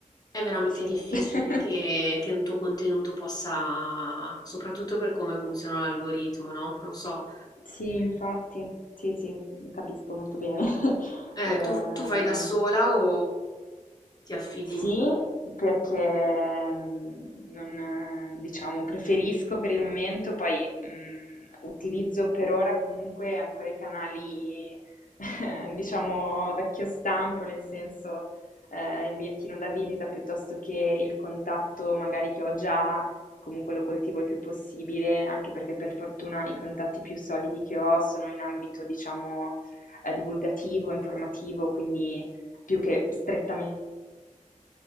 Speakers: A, on the left; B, on the left.
A: è veramente
B: Sì.
A: difficile
B: <laughs>
A: che, che un tuo contenuto possa, soprattutto per come funziona l'algoritmo, no? Non so,
B: Sì, infatti. Sì, sì, capisco molto bene. <laughs>
A: eh,
B: Ehm
A: tu, tu fai da sola o ti affidi?
B: Sì, perché mh, non, eh, diciamo, preferisco per il momento, poi mh, utilizzo per ora comunque ancora i canali, <laughs> diciamo, vecchio stampo, nel senso eh, il bigliettino da visita piuttosto che il contatto magari che ho già, comunque lo coltivo il più possibile, anche perché per fortuna i contatti più solidi che ho sono in ambito, diciamo, eh, divulgativo, informativo, quindi più che strettamente